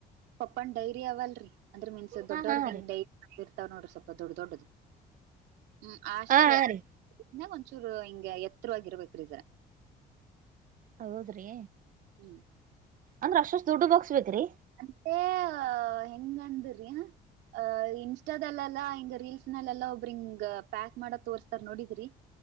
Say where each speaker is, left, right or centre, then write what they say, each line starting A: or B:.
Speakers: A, on the right; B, on the right.
A: ಪಪ್ಪನ್ ಡೈರಿ ಅವಲ್ರಿ ಅಂದ್ರ ಮೀನ್ಸ್ ದೊಡ್ಡವ್ರದ
B: ಹಾ ಹಾ
A: ಹಂಗ
B: ರೀ
A: ಡೈರಿ ಆರಿ, ಇರತಾವ ನೋಡ್ರಿ ಸ್ವಲ್ಪ ದೊಡ್ಡ ದೊಡ್ಡದು ಹ್ಮ್, ಆಶೆ
B: ಹಾ ಹಾ
A: <unintelligible>
B: ರೀ
A: ಇನ್ನ ಒಂಚೂರು ಹಿಂಗೆ ಎತ್ತರವಾಗಿರಬೇಕ್ರಿಗ.
B: ಹೌದ್ರೀ,
A: ಹ್ಮ್ <inaudible>
B: ಅಂದ್ರ ಅಷ್ಟ -ಅಷ್ಟದೊಡ್ಡ ಬಾಕ್ಸ್ ಬೇಕ್ರಿ,
A: ಅಂತೆಹೆಂಗಂದ್ರಿ ಹಾಇನ್ಸ್ಟಾದಲ್ಲೆಲ್ಲ. ಹಿಂಗ ರೀಲ್ಸ್ ನಲ್ಲ ಎಲ್ಲಾ ಒಬ್ಬ್ರ ಹಿಂಗ್ ಪ್ಯಾಕ್ ಮಾಡದ ತೋರ್ಸ್ತಾರ್ ನೋಡಿದ್ರಿ.,